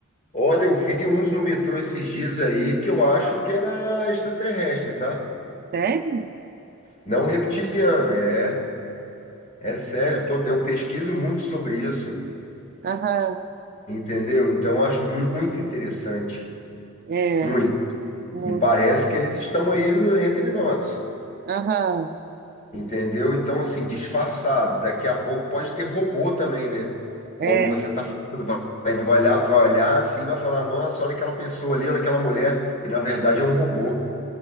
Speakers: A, on the left; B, on the right.
A: Olha, eu vi uns no metrô esses dias aí que eu acho que era extraterrestre, tá?
B: Sério?
A: Não reptiliano, é, é sério, tô- eu pesquiso muito sobre isso,
B: Aham,
A: entendeu? Então, eu acho muito interessante,
B: é.
A: muito.
B: mu-
A: E parece que eles estão aí no- entre nós.
B: Aham,
A: Entendeu? Então, assim, disfarçado. Daqui a pouco pode ter robô também, né?
B: é,
A: Como você está falando, vai, vai olhar, vai olhar assim, vai falar, nossa, olha aquela pessoa ali, olha aquela mulher. E na verdade é um robô.